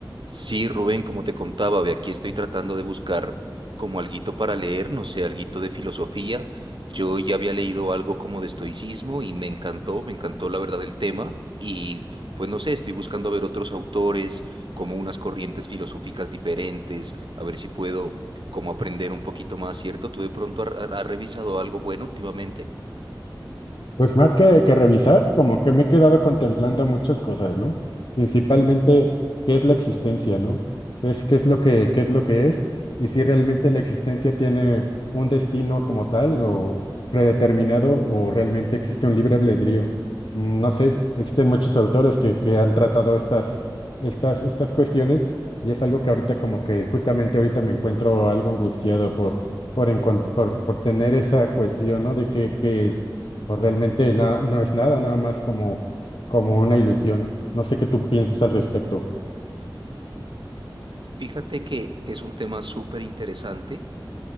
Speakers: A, on the right; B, on the left.
A: Sí, Rubén, como te contaba, ve aquí estoy tratando de buscar como alguito para leer, no sé, alguito de filosofía. Yo ya había leído algo como de estoicismo y me encantó, me encantó la verdad el tema y pues no sé, estoy buscando a ver otros autores, como unas corrientes filosóficas diferentes, a ver si puedo como aprender un poquito más, ¿cierto? ¿Tú de pronto has has revisado algo bueno últimamente?
B: Pues más que, que revisar, como que me he quedado contemplando muchas cosas, ¿no? Principalmente, ¿qué es la existencia, ¿no? ¿Qué es, qué es lo que, qué es lo que es? Y si realmente la existencia tiene un destino como tal o predeterminado o realmente existe un libre albedrío. Mm, No sé, existen muchos autores que, que han tratado estas, estas, estas cuestiones y es algo que ahorita como que justamente ahorita me encuentro algo angustiado por, por, encon- por, por tener esa cuestión, ¿no? De qué, qué es o realmente na- no es nada, nada más como, como una ilusión. No sé qué tú piensas al respecto.
A: Fíjate que, que es un tema súper interesante